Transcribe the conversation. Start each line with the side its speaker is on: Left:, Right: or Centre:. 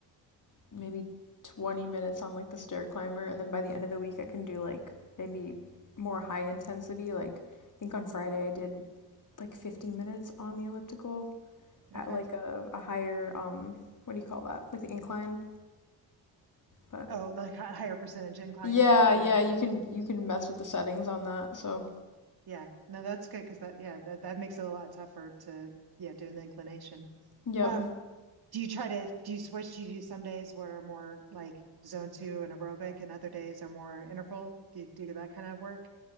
Left: maybe 20 minutes on like the stair climber and then by the end of the week I can do like maybe more high intensity like I think on Friday I did like 50 minutes on the elliptical at
Right: Okay.
Left: like a, a higher um what do you call that? Like the incline. But
Right: Oh, like hi- higher percentage incline.
Left: yeah,
Right: Yeah.
Left: yeah, you can you can mess with the settings on that. So,
Right: Yeah. No, that's good because that yeah, that that makes it a lot tougher to yeah, doing the inclination.
Left: yep.
Right: Um, do you try to do you switch? Do you do some days what are more like zone two and aerobic and other days are more interval? Do you do that kind of work?